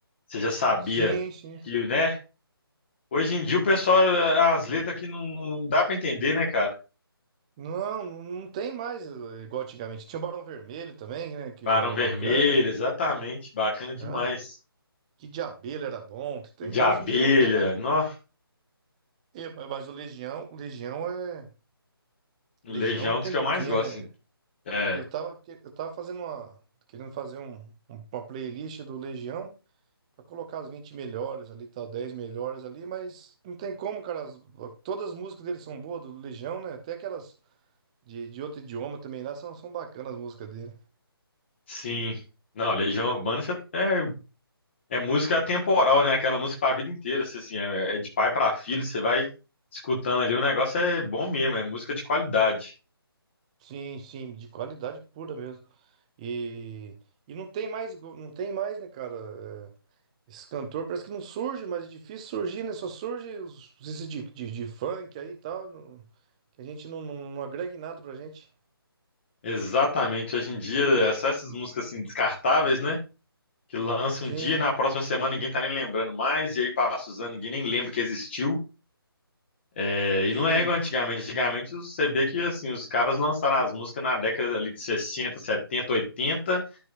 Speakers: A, on the left; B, on the right.
A: você já sabia
B: Sim, sim.
A: que, né? Hoje em dia o pessoal, as letras que não, não dá pra entender, né, cara?
B: Não, não, não tem mais eh, igual antigamente. Tinha o Barão Vermelho também, né, que
A: Barão
B: era bacana.
A: Vermelho, exatamente, bacana demais.
B: Não, que de Abelha era bom. Tem,
A: E de
B: hoje
A: abelha,
B: em dia não tem mais.
A: nó,
B: Eh, Mas o Legião, o Legião é...
A: Legião
B: o Legião não
A: é
B: tem
A: um dos que
B: boquinha,
A: eu mais gosto,
B: né?
A: sim. É,
B: Eu tava, que- eu tava fazendo uma... Querendo fazer um- um- uma playlist do Legião. Pra colocar as 20 melhores ali, tal, 10 melhores ali, mas não tem como, cara. as- todas as músicas dele são boas, do Legião, né? Até aquelas de, de outro idioma também lá são, são bacanas as músicas dele.
A: sim. Não, Legião Urbana você- é, é música atemporal, né? Aquela música pra vida inteira, você, assim, é, é de pai pra filho, você vai escutando ali, o negócio é bom mesmo, é música de qualidade.
B: Sim, sim, de qualidade pura mesmo. E, e não tem mais, igu- não tem mais, né, cara? É, esse cantor parece que não surge, mas é difícil surgir, né? Só surge os, esse de, de, de funk aí e tal, não- que a gente não, não, não agrega em nada pra gente.
A: Exatamente. Hoje em dia, é só essas músicas assim descartáveis, né? Que lançam
B: Sim,
A: um dia e na próxima semana ninguém tá nem lembrando mais, e aí passa os anos, ninguém nem lembra que existiu. É,
B: sim,
A: e não é igual antigamente. Antigamente você vê que assim, os caras lançaram as músicas na década ali de 60 70 80